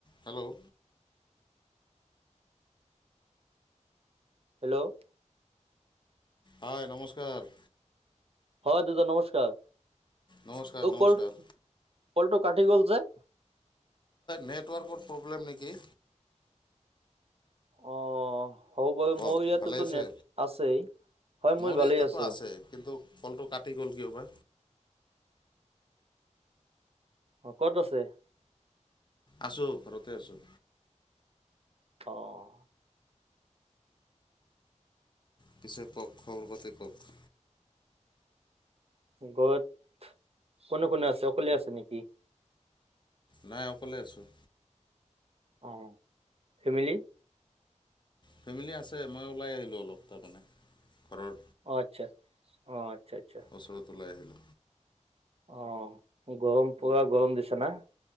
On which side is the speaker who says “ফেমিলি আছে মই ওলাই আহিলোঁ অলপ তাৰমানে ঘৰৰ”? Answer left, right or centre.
Left